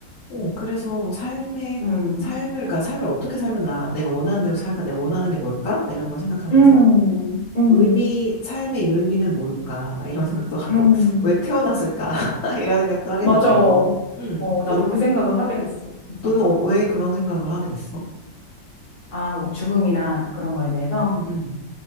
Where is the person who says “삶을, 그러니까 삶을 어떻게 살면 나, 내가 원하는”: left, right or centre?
Left